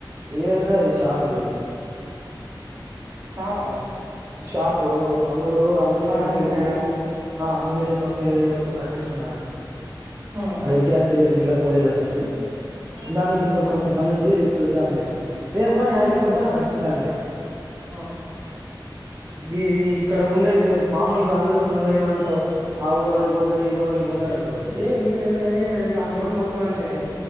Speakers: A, on the right; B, on the right.
A: ఏడిదో అది షాప్ ది
B: షాప
A: షాపు మామూలు అంగడి పక్కన
B: అంగడిదా
A: ఇంకో ప్లేస్ ఆ అంగిడి పక్కన ఏదో ఇంగోప్ కట్టిస్సనారు
B: ఆ
A: అదేడ్జర్జ్ తేల్దని ఇంగా పోలేదశంక దానికి ఇప్పుడు కొంచెం బనింది రేపు చూద్దాం లే అనే రేపు గాని యాడికిపోతడో నాకు అర్థం కాలే
B: ఆ
A: గిది ఇక్కడ ఉండేది మామూలుగా అందరూపునమేయమంటవు ఆ ఊరోల్ పోతారు ఈ ఊరోళ్ పోత్ తరు అంటావ్
B: దే నీళ్ళు ఎంత గలీజంటే తెలుసా అంతమంది పోతున్నారంటే